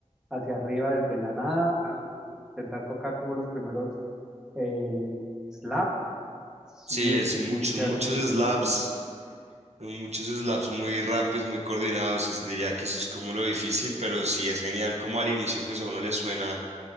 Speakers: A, in the centre; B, on the right.
A: hacia arriba desde la nada intentar tocar como los primeros eh, slaps, es
B: Sí,
A: muy,
B: es
A: es
B: muchos,
A: muy chévere,
B: muchos
A: es muy satisfactorio.
B: slaps, muchos slaps muy rápidos, muy coordinados. es- diría que eso es como lo difícil, pero sí es genial como al inicio pues a uno le suena